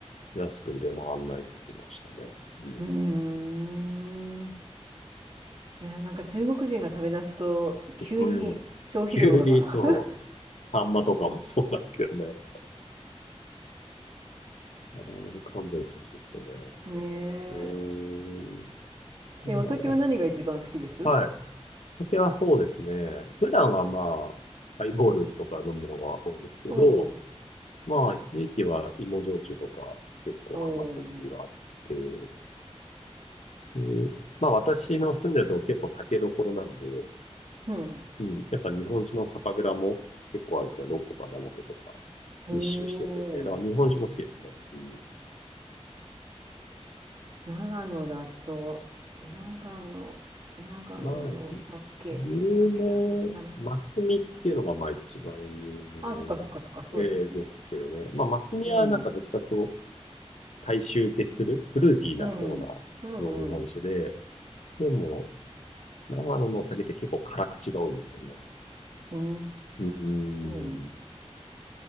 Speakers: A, on the left (about 75°); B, on the right (about 50°).
A: 安く出回んないって言ってましたね。うん。
B: うーん。いや、なんか中国人が食べ出すと急に消費量が
A: うん。急にそう、サンマとかもそうなんですけどね。あんまり勘弁してほしいですよね。
B: <laughs>。ね
A: うーん。まあ
B: え。え、お酒は何が一番好きです
A: はい。酒はそうですね。普段はまあ、ハイボールとか飲むのが多いんですけど、
B: おお。
A: まあ、一時期は芋焼酎とか結構ハマった時期があって、
B: おお。
A: っていう、まあ私の住んでるとこ結構酒どころなんで、
B: うん。
A: うん、やっぱ日本酒の酒蔵も結構あるんですよ。6個か7個とか
B: おお。
A: 密集してて。えーだから日本酒も好きですね。うん、
B: 長野だと、長野、長野のお酒、
A: な有名、
B: なんだっけな、私たまに。
A: マスミっていうのがまあ一番有
B: あ、そっかそっかそっか、そうですね。
A: 名えーですけどね。まあマスミはなんかどっちかというと
B: うん。
A: 大衆受けするフルーティーな方な
B: うん。うんうん。
A: の日本酒で、でも長野のお酒って結構辛口が多いんですよね。
B: うー
A: うーん、
B: ん。